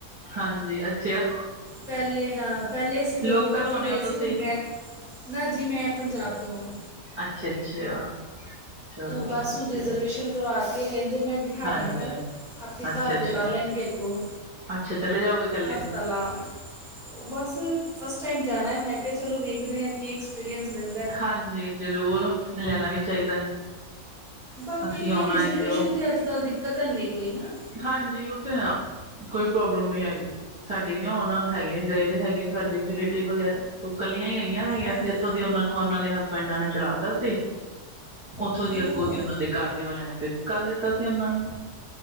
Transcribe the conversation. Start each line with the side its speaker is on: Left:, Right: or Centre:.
Right: ਹਾਂਜੀ, ਅੱਛਾ
Centre: ਪਹਿਲੇ ਹਾਂ, ਪਹਿਲੇ ਅਸੀਂ ਦੋਨੋਂ
Right: ਲੋਕਲ
Centre: ਇਕੱਠੇ
Right: ਹੋਣੇ
Centre: ਗਏ
Right: ਹੋ
Centre: ਸੀ
Right: ਤੁਸੀਂ
Centre: ਹੁਣ ਮੈਂ ਨਾ ਜੀ, ਮੈਂ ਪੰਜਾਬ ਤੋਂ ਹਾਂ
Right: ਅੱਛਾ- ਅੱਛਾ ਚਲੋ
Centre: ਬਸ
Right: ਵਧੀਆ
Centre: ਹੁਣ ਰਿਜਰਵੇਸ਼ਨ ਕਰਵਾਤੀਏ ਕਹਿੰਦੇ ਮੈਂ ਬਿਠਾ
Right: ਹਾਂਜੀ
Centre: ਦਾਂਗਾ, ਆਪੇ
Right: ਅੱਛਾ
Centre: ਘਰ
Right: ਅੱਛਾ
Centre: ਦੇ ਲਾ ਲੈਣਗੇ ਅੱਗੋਂ
Right: ਅੱਛਾ, ਚਲੇ ਜਾਓਗੇ ਕੱਲੇ
Centre: ਹਫਤਾ ਲਾ ਬਸ, ਫਸਟ ਟਾਈਮ ਜਾਣਾ ਹੈ ਮੈਂ ਕਿਹਾ ਚਲੋ ਵੇਖਦੇ ਆ, ਕੀ ਐਕਸਪੀਰੀਅੰਸ ਲੈਂਦੇ
Right: ਹਾਂਜੀ ਜ਼ਰੂਰ, ਲੈਣਾ ਵੀ ਚਾਹੀਦਾ
Centre: ਬਾਕੀ
Right: ਅਸੀਂ
Centre: ਇਹ,
Right: ਆਉਣਾ
Centre: ਰਿਜ਼ਰਵੇਸ਼ਨ
Right: ਹੈਗੇ ਆ
Centre: ਦੀ ਅੱਜ- ਕੱਲ੍ਹ ਦਿੱਕਤ ਹੈਨੀ ਕੋਈ ਨਾ
Right: ਹਾਂਜੀ, ਉਹ ਤੇ ਆ, ਕੋਈ ਪ੍ਰੋਬਲਮ ਨਹੀਂ ਹੈਗੀ, ਸਾਡੀ ਵੀ ਹੁਣ ਹੈਗੇ ਗਏ ਦੇ ਹੈਗੇ ਸਾਡੇ ਵੀ ਰਿਲੇਟਿਵ ਵਗੈਰਾ, ਉਹ ਇਕੱਲੀਆਂ ਆਈਆ ਹੀ ਹੋਈਆਂ ਹੈਗੀਆਂ
Centre: ਹਾਂਜੀ
Right: ਸੀ ਇੱਥੋਂ ਦੀ ਉਹਨਾਂ ਨੂੰ ਉਹਨਾਂ ਦੇ ਹਸ ਪਿੰਡ ਨੇ ਚਲਾ ਤਾ ਸੀ, ਉੱਥੋਂ ਦੀ
Centre: ਹੋਰ
Right: ਅੱਗੋਂ ਦੀ ਉਹਨਾਂ ਦੇ ਘਰਦਿਆਂ ਵਾਲਿਆਂ ਨੇ ਪਿਕ ਕਰ ਲਿੱਤਾ ਸੀ ਉਹਨਾਂ ਨੂੰ